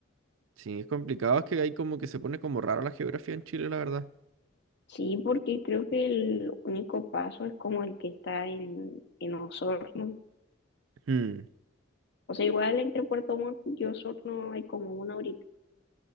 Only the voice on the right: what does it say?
Sí, es complicado, es que hay como que se pone como raro la geografía en Chile, la verdad.
Hmm,